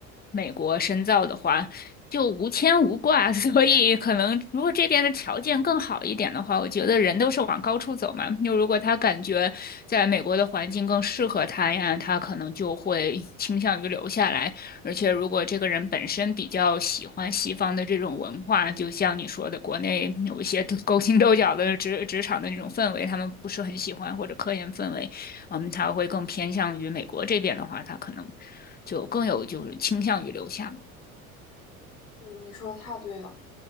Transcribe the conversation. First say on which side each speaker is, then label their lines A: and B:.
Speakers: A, on the left (about 20°); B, on the left (about 80°).
A: 美国深造的话，就无牵无挂，<laughs> 所以可能如果这边的条件更好一点的话，我觉得人都是往高处走嘛。就如果他感觉在美国的环境更适合他呀，他可能就会倾向于留下来。而且如果这个人本身比较喜欢西方的这种文化，就像你说的，国内有一些勾心斗角的职职场的那种氛围，他们不是很喜欢，或者科研氛围，嗯，他会更偏向于美国这边的话，他可能就更有就是倾向于留下。
B: 嗯，你说的太对了。